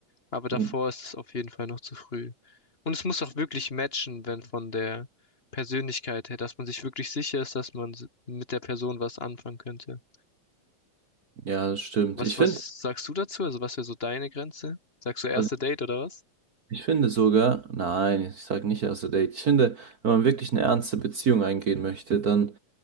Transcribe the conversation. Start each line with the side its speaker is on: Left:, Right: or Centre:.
Left: Aber davor
Right: Und
Left: ist es auf jeden Fall noch zu früh. Und es muss auch wirklich matchen, wenn von der Persönlichkeit her, dass man sich wirklich sicher ist, dass man s- mit der Person was anfangen könnte.
Right: ja, das stimmt.
Left: Was,
Right: Ich
Left: was
Right: finde,
Left: sagst du dazu? Also was wäre so deine Grenze? Sagst du erste
Right: also
Left: Date oder was?
Right: ich finde sogar, nein, ich sage nicht erste Date. Ich finde, wenn man wirklich eine ernste Beziehung eingehen möchte, dann